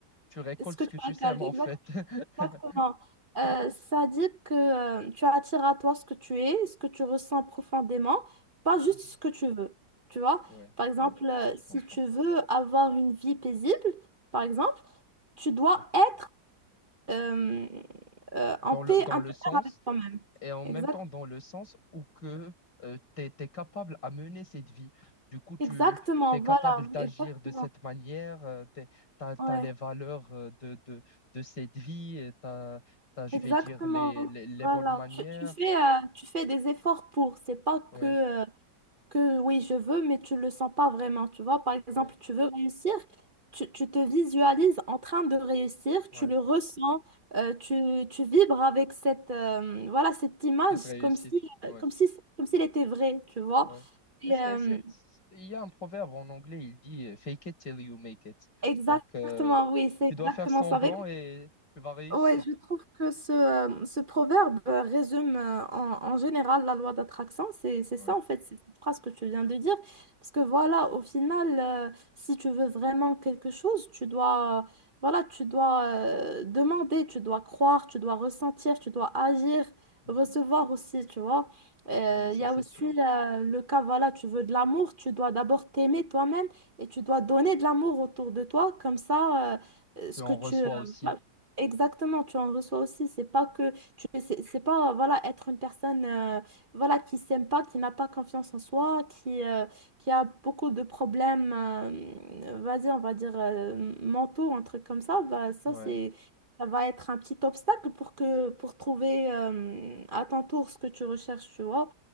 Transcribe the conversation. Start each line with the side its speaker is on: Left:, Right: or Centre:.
Left: tu récoltes
Right: ce que
Left: ce
Right: tu
Left: que tu
Right: as
Left: sèmes, en
Right: exactement.
Left: fait. <laughs>
Right: Exactement. Euh, ça dit que euh, tu attires à toi ce que tu es, ce que tu ressens profondément, pas juste
Left: Mhm.
Right: ce que tu veux. Tu vois?
Left: Ouais,
Right: Par exemple,
Left: ouais,
Right: euh,
Left: je
Right: si
Left: comprends.
Right: tu veux avoir une vie paisible, par exemple, tu dois
Left: Ouais.
Right: être euh, euh,
Left: Dans
Right: en paix
Left: le, dans
Right: intérieure
Left: le sens,
Right: avec toi-même.
Left: et en
Right: Exact
Left: même temps dans le sens où que tu es, capable à mener cette vie. Du coup, tu
Right: exactement,
Left: es
Right: voilà,
Left: capable d'agir
Right: exactement.
Left: de cette manière, tu as,
Right: Ouais,
Left: les valeurs euh, de, de, de cette vie, tu as, je
Right: exactement.
Left: vais dire, les, les, les
Right: Voilà.
Left: bonnes manières.
Right: Tu, tu fais, euh, tu fais des efforts pour. C'est pas
Left: Ouais,
Right: que. euh, que oui, je veux, mais tu le sens pas vraiment, tu vois. Par exemple,
Left: ouais,
Right: tu veux réussir, tu, tu te visualises en train de réussir,
Left: ouais.
Right: tu le ressens, euh, tu, tu vibres avec cette, euh, voilà, cette image
Left: Cette réussite.
Right: comme si,
Left: ouais
Right: comme si, comme s'il était vrai, tu vois.
Left: Ouais.
Right: Et,
Left: Et c'est,
Right: euh,
Left: c'est- c'est- il y a un proverbe en anglais, il dit euh, fake it till you make it.
Right: exactement,
Left: Donc, euh,
Right: oui, c'est
Left: tu
Right: exactement
Left: dois faire semblant
Right: ça. Avec
Left: et tu vas réussir.
Right: Ouais, je trouve que ce, euh, ce proverbe euh, résume euh, en, en général la loi d'attraction. C'est, c'est
Left: Ouais.
Right: ça, en fait, c'est cette phrase que tu viens de dire. Parce que voilà, au final, euh, si tu veux vraiment quelque chose, tu dois, voilà, tu dois euh, demander, tu dois croire, tu dois ressentir, tu dois agir,
Left: Mhm.
Right: recevoir aussi, tu vois. Euh,
Left: Non, mais ça,
Right: Il y a
Left: c'est
Right: aussi
Left: sûr.
Right: euh, le cas, voilà, tu veux de l'amour, tu dois d'abord t'aimer toi-même et tu dois donner de l'amour autour de toi. Comme ça, euh, ce
Left: Puis
Right: que
Left: on
Right: tu...
Left: reçoit aussi.
Right: euh, Exactement, tu en reçois aussi. C'est pas que tu, c'est c'est pas voilà être une personne euh, voilà qui s'aime pas, qui n'a pas confiance en soi, qui euh, qui a beaucoup de problèmes, euh, vas-y, on va dire euh, mentaux, un truc comme ça. Bah ça
Left: Ouais,
Right: c'est ça va être un petit obstacle pour que pour trouver euh, à ton tour ce que tu recherches, tu vois.